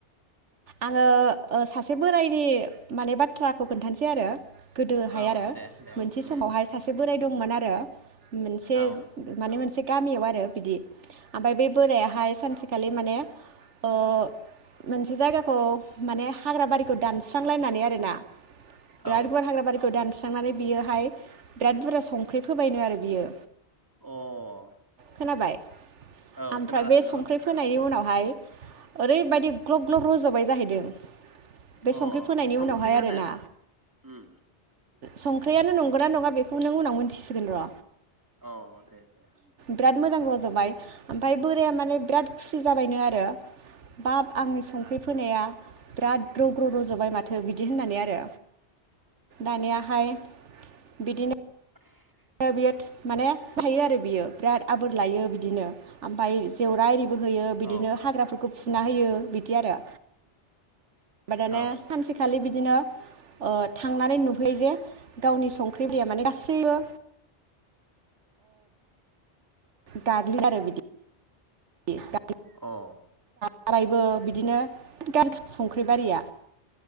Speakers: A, on the right; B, on the right.
A: आङो ओ सासे बोरायनि माने बाथ्राखौ खोन्थानोसै आरो। गोदोहाय
B: औ
A: आरो
B: दे दे
A: मोनसे
B: उम
A: समावहाय सासे बोराइ दंमोन आरो। <unintelligible> मोनसे
B: औ
A: जो माने मोनसे। गामियाव आरो बिदि। ओमफ्राय बे बोरायाहाय सानसेखालि। माने ओ मोनसे जायगाखौ माने हाग्रा बारिखौ दानस्रांलायनानै आरोना। बिरात
B: औ
A: गुवार हाग्रा बारिखौ दान्स्रां खांनानै बियोहाय बिराद बुरजा संख्रि फोबायनो आरो बियो।
B: औ अ
A: खोनाबाय
B: औ
A: आमफ्राय
B: खोनागासिनो
A: बे संख्रि
B: दङ दे
A: फोनायनि उनावहाय। ओरैबादि ग्लब ग्लब रजबाय जाहैदों बे
B: अ
A: संख्रि फोनायनि
B: संख्रियानो
A: उनावहाय आरोना।
B: उम
A: संख्रियानो नंगौना नङा बेखौ नों उनाव मोनथिसिगोन र।
B: औ दे दे।
A: बेराद मोजां रजबाय ओमफाय बोराया माने बिराद खुसि जाबायनो आरो। बाब आंनि संख्रि। फोनाया बिराद ग्रौ ग्रौ रजबाय माथो बिदि होननानै आरो दानियाहाय बिदिनो।
B: <unintelligible>
A: ओ बियो माने फोथायो आरो बियो बिराद आबोर लायो बिदिनो। ओमफफाय जेवरा एरिबो होयो बिदिनो
B: ओ
A: हाग्राफोरखौ फुना होयो बिदि आरो <unintelligible> दाना
B: औ
A: सानसेखालि बिदि बिदिनो ओ थांनानै नुहैयो जे गावनि संख्रि दैया माने गासैबो गारलि <unintelligible> दारे बिदि द <unintelligible>
B: <unintelligible> अ
A: बारायबो बिदिनो गान <unintelligible> संख्रिबारिया